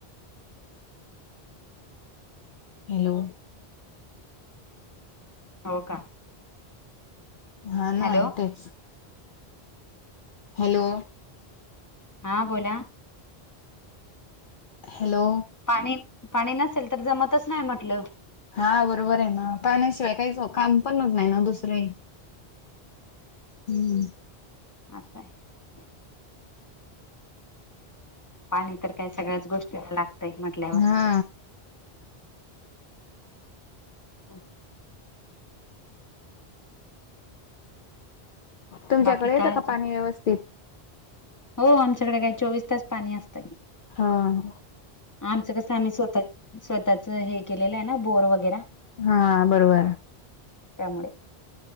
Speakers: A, on the left (about 55°); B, on the left (about 15°).
A: हॅलो...
B: हो का
A: हा ना
B: हॅलो
A: तेच हॅलो.
B: हा बोला.
A: हॅलो...
B: पाणी पाणी नसेल तर जमतच नाही म्हटलं.
A: हा बरोबर आहे ना पाण्याशिवाय काहीच काम पण होत नाय ना दुसरे हम्म
B: आ स हे. पाणी तर काय सगळ्याच गोष्टी लागतय म्हटल्यावर.
A: हा
B: हा.
A: तुमच्याकडे
B: बाकी
A: येतं
B: काय
A: का
B: अजून?
A: पाणी व्यवस्थित?
B: हो आमच्याकडे काय चोवीस तास पाणी असतय.
A: हा ह.
B: आमचं कसं आम्ही स्वतः स्वतःच हे केलेलं आहे ना बोर वगैरा
A: हा बरोबर
B: त्यामुळे